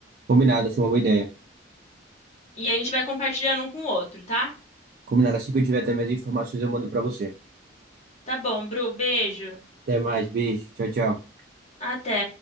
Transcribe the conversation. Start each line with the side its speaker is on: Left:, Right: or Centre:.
Right: Combinado, achei uma boa ideia.
Left: E aí a gente vai compartilhando um com o outro, tá?
Right: Combinado, assim que eu tiver até minhas informações, eu mando pra você.
Left: Tá bom, Bru, beijo.
Right: Até mais, beijo, tchau, tchau.
Left: Até.